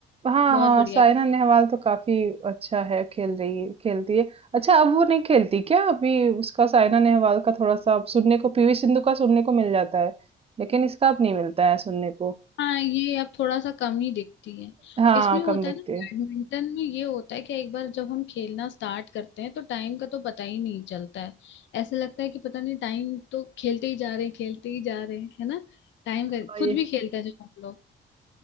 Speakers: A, on the right; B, on the left.
A: हाँ
B: बहुत
A: हाँ
B: बढ़िया
A: साइना नेहवाल तो काफी अच्छा है खेल रही है खेलती है अच्छा अब वो नहीं खेलती क्या अभी उसका साइना नेहवाल का थोड़ा सा अब सुनने को पीवी सिंधु का सुनने को मिल जाता है लेकिन इसका अब नहीं मिलता है सुनने को
B: हाँ ये अब थोड़ा सा कम ही दिखती है
A: हाँ
B: इसमें होता
A: कम दिखते
B: है ना
A: हैं
B: बैडमिंटन में ये होता है कि एक बार जब हम खेलना स्टार्ट करते हैं तो टाइम का तो पता ही नहीं चलता है ऐसा लगता है कि पता नहीं टाइम तो खेलते ही जा रहे हैं खेलते ही जा रहे हैं है ना टाइम का
A: हाँ,
B: खुद
A: ये
B: भी खेलते हैं जब हम लोग